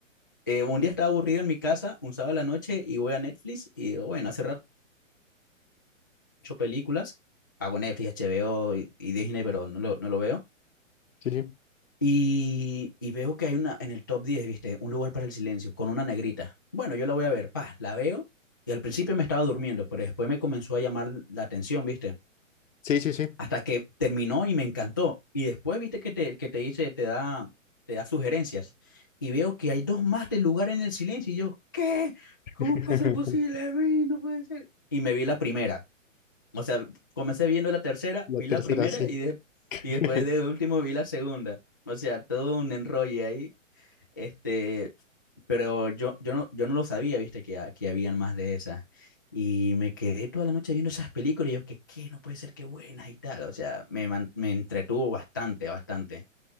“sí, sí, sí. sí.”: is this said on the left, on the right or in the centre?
Left